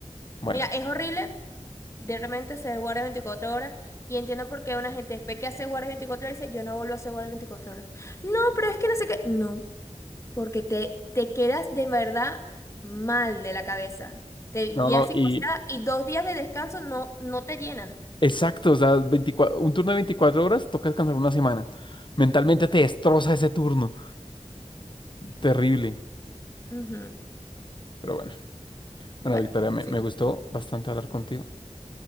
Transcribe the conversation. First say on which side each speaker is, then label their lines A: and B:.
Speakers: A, on the left (about 40°); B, on the left (about 25°).
A: Bueno,
B: Mira, es horrible de repente hacer guardias 24 horas y entiendo por qué una gente después que hace guardias veinticuatro horas dice, yo no vuelvo a hacer guardias 24 horas. No, pero es que no sé qué. No. Porque te, te quedas de verdad mal de la cabeza. Te
A: no,
B: quedas psicoseada
A: y...
B: y dos días de descanso no, no te llenan.
A: Exacto, o sea, 24 un turno de 24 horas toca descansar una semana. Mentalmente te destroza ese turno. Terrible.
B: Ujú.
A: Pero bueno,
B: Bueno,
A: bueno, Victoria, me,
B: sí.
A: me gustó bastante hablar contigo,